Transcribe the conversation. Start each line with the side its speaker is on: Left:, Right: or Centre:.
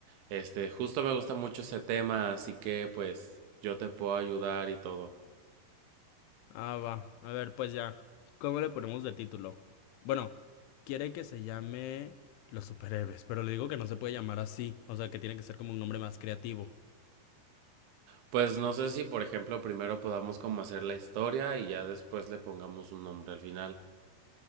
Right: Este, justo me gusta mucho ese tema, así que pues yo te puedo ayudar y todo.
Left: Ah, va. A ver, pues ya. ¿Cómo le ponemos de título? Bueno, quiere que se llame Los Superhéroes, pero le digo que no se puede llamar así. O sea, que tiene que ser como un nombre más creativo.
Right: Pues no sé si, por ejemplo, primero podamos como hacer la historia y ya después le pongamos un nombre al final.